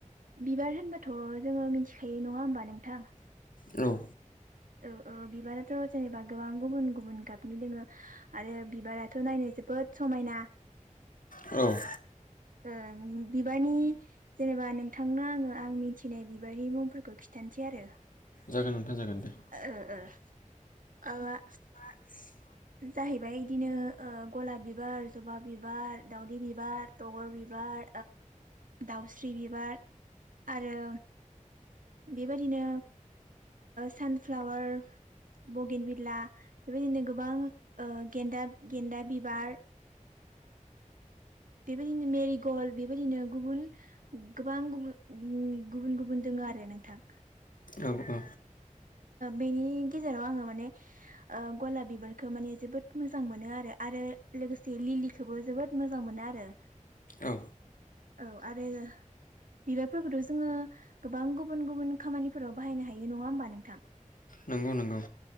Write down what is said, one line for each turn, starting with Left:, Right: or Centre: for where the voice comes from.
Right: बिबार होनबाथ' जोङो मिथिखायो नङा होमबा नोंथां
Left: औ
Right: ओ ओ बिबाराथ' जेनेबा गोबां गुबुन गुबुन गाबनि दोङो आरो बिबाराथ' नायनो जोबोद समायना
Left: औ
Right: ओ बिबारनि जेनेबा नोंथांनो आङो आं मिथिनाय बिबारनि मुंफोरखौ खिन्थानोसै आरो
Left: जागोन नोंथां जागोन दे
Right: ओ ओ माबा
Left: <unintelligible>
Right: जाहैबाय बिदिनो ओ गलाब बिबार जबा बिबार दाावदै बिबार दगर बिबार दाउस्रि बिबार आरो बेबादिनो सानफ्लावार बगेन बिला बेबायदिनो गोबां गेन्दा गेन्दा बिबार बिदिनो मेरि गल बेबायदिनो गुबुन गोबां गुबुन गुबुन गुबुन दंङो आरो नोंथां
Left: औ औ
Right: बेनि गेजेराव आंङो माने गलाब बिबारखो माने जोबोद मोजां मोनो आरो आरो लोगोसे लिलिखौबो जोबोद मोजां मोनो आरो
Left: औ
Right: औ आरो बिबायारफोरखौथ' जोंङो गोबां गुबुन गुबुन खामानिफोराव बाहायनो हायो नङा होमबा नोंथां
Left: नंगौ नंगौ